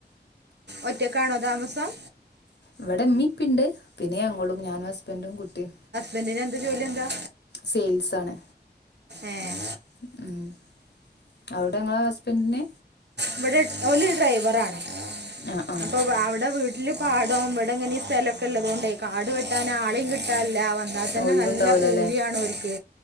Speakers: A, on the right; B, on the left.
A: ഒറ്റ കാണോതാമസം
B: ഇവടെ ഇമ്മി പിണ്ട് പിന്നെ ഞങ്ങളും ഞാനും ഹസ്ബന്റും കുട്ടിം
A: ബന്റി നന്ത് ജോലി എന്താ
B: സെയിൽസാണ്
A: ഏഹ്
B: <unintelligible> അവ്ടെ ഇങ്ങളെ ഹസ്ബന്റിന്.
A: ഇവടെ എട് ഓല് ഡ്രൈവറാണ്.
B: ആഹ് ആഹ്
A: അപ്പൊ അവ്ടെ വീ. ല്ലും പാടോം ഇവട ഇങ്ങനെ ഈ സ്ഥലൊക്കെ ഇല്ലതുകൊണ്ടയ് കാട് വെട്ടാന് ആളിം കിട്ടാല്ല ന്നാ തന്നെ
B: ഒഴിവുണ്ടാവൂലല്ലേ
A: നല്ല കൂലിയാണോൽക്ക്.